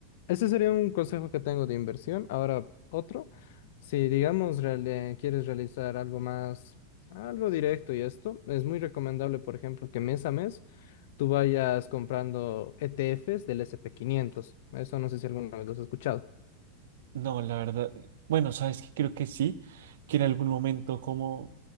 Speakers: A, on the left; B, on the right.
A: Ese sería un consejo que tengo de inversión. Ahora, otro, si digamos reale- quieres realizar algo más, algo directo y esto, es muy recomendable, por ejemplo, que mes a mes tú vayas comprando ETFs del S&P quinientos Eso no sé si alguna vez lo has escuchado.
B: No, la verdad, bueno, sabes que creo que sí, que en algún momento como,